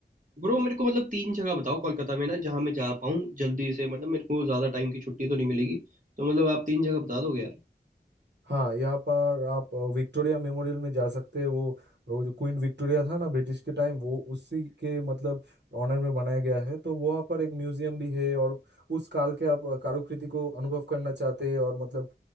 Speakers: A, on the right (about 50°); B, on the right (about 85°).
A: ब्रो मेरे को मतलब तीन जगह बताओ कोलकाता में ना जहाँ मैं जा पाऊँ जल्दी से मतलब मेरे को ज़्यादा टाइम की छुट्टी तो नहीं मिलेगी तो मतलब आप तीन जगह बता दोगे यार
B: हाँ यहाँ पर आप अ, विक्टोरिया मेमोरियल में जा सकते हैं वो वो जो क्वीन विक्टोरिया था ना ब्रिटिश के टाइम वो उसी के मतलब ऑनर में बनाया गया है तो वहाँ पर एक म्यूजियम भी है और उस काल के आप अ, कारुकृति को अनुभव करना चाहते हैं और मतलब